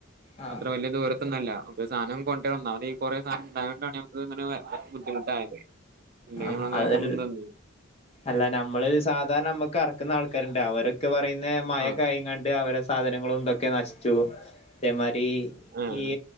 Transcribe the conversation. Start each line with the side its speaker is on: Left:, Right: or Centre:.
Left: ആ
Right: അത്ര വലിയ ദൂര തോന്നുല്ല സാധനം കൊണ്ടന്ന ഈ കുറെേ സാധനം ഉണ്ടായ കൊണ്ടാണ്ക്ക്നെ ബുദ്ധിമുട്ടായത് ഇല്ലെങ്കി
Left: ആഹ്
Right: നമ്മളങ്ങനെ
Left: അത
Right: കൊണ്ടന്നന്നീന്നു
Left: അല്ല നമ്മള് സാധാരണ നമ്മക്ക് ഇറക്കുന്ന ആൾക്ക കാർ ഇണ്ട് അവരൊക്കെ പറയുന്ന മഴ
Right: ആഹ്
Left: കായം കണ്ട് അവര സാധനങ്ങളും ഇതൊക്കെ നശിച്ചു അതേമാതിരി
Right: ഏഹ്
Left: ഈ